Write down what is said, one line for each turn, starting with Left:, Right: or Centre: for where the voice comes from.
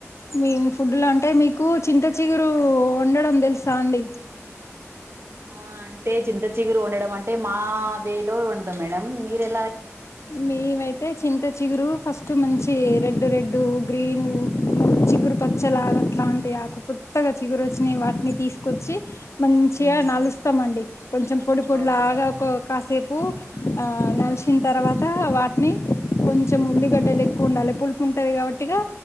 Left: మేము ఫుడ్లో అంటే మీకు చింత చిగురు వండడం తెలుసా అండి
Right: ఆ అంటే చింత చిగురు వండడం అంటే మా వేలో వండతాం మేడం మీరే
Left: మీ మయి తే చింత చిగురు ఫస్ట్ మంచి రెడ్డు రెడ్డు గ్రీన్ చిగురు పచ్చలా అట్లా టే ఆకు కొత్తగా చిగురొచ్చినవి వాటిని తీసుకొచ్చి మంచిగా
Right: మ్మ్
Left: నలుస్తామండి కొంచెం పొడి పొడిలాగా
Right: ఓకే
Left: కొ కాసేపు ఉప్పు ఆ నలిచిన తర్వాత వాటిని కొంచెం
Right: ఉమ్
Left: ఉల్లిగడ్డలు ఎక్కువ ఉండాలి పులుపు ఉంటది కాబట్టిగా